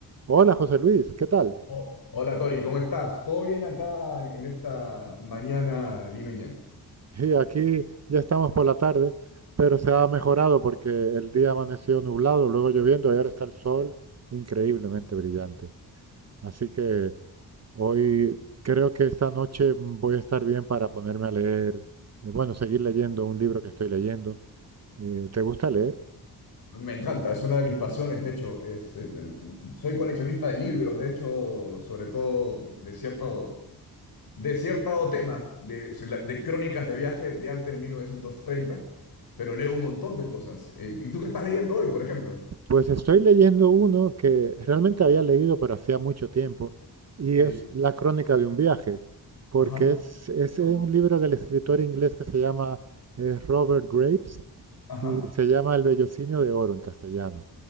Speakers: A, on the right (about 40°); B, on the left (about 60°).
A: Hola José Luis, ¿qué tal?
B: Oh, Hola Tony, ¿cómo estás? ¿Todo bien acá en esta mañana limeña?
A: Sí, aquí ya estamos por la tarde, pero se ha mejorado porque el día amaneció nublado, luego lloviendo y ahora está el sol increíblemente brillante. Así que hoy creo que esta noche voy a estar bien para ponerme a leer, eh, bueno, seguir leyendo un libro que estoy leyendo. Eh, ¿te gusta leer?
B: Me encanta, es una de mis pasiones, de hecho. Es, este, soy coleccionista de libros, de hecho, sobre todo de cierto, de cierto tema, de, de crónicas de viaje de antes de 1930. pero leo un montón de cosas. Eh, ¿y tú qué estás leyendo hoy, por ejemplo?
A: Pues estoy leyendo uno que realmente había leído, pero hacía mucho tiempo, y
B: Sí,
A: es La crónica de un viaje, porque
B: Ajá,
A: es, es
B: Ah,
A: un
B: mira.
A: libro del escritor inglés que se llama eh, Robert Graves
B: ajá,
A: y se llama El vellocinio de oro en castellano.